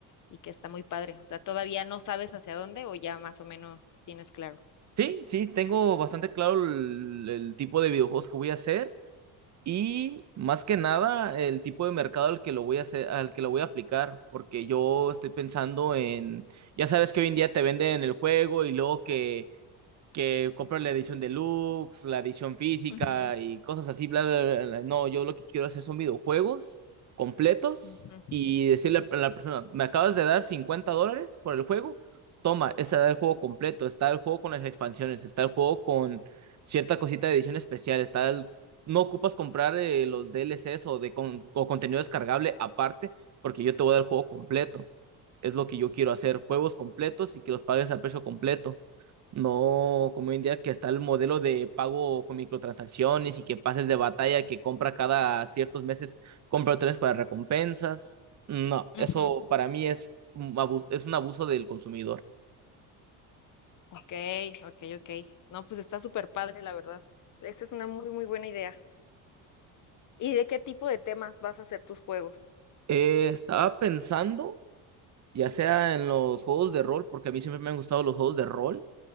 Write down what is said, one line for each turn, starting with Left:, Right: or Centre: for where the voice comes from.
Left: y que está muy padre. O sea, todavía no sabes hacia dónde o ya más o menos tienes claro.
Right: Sí, sí, tengo bastante claro el, el tipo de videojuegos que voy a hacer y más que nada el tipo de mercado al que lo voy a hacer, al que lo voy a aplicar, porque yo estoy pensando en, ya sabes que hoy en día te venden el juego y luego que que comprar la edición deluxe, la edición física
Left: Ujú,
Right: y cosas así, bla, bla, bla, bla. No, yo lo que quiero hacer son videojuegos completos
Left: ujú,
Right: y decirle a la persona, me acabas de dar 50 dólares por el juego, toma, está el juego completo, está el juego con las expansiones, está el juego con cierta cosita de edición especial, está el... No ocupas comprar eh, los DLCs o, de con- o contenido descargable aparte, porque yo te voy a dar el juego completo. Es lo que yo quiero hacer, juegos
Left: guau.
Right: completos y que los pagues a precio completo. No, como hoy en día que está el modelo de pago con microtransacciones y que pases de batalla que compra cada ciertos meses, compra tres para recompensas. No, eso
Left: Ujú.
Right: para mí es un abuso, es un abuso del consumidor.
Left: Ok, ok, ok. No, pues está súper padre, la verdad. Esa es una muy, muy buena idea. ¿Y de qué tipo de temas vas a hacer tus juegos?
Right: Eh, estaba pensando, ya sea en los juegos de rol, porque a mí siempre me han gustado los juegos de rol,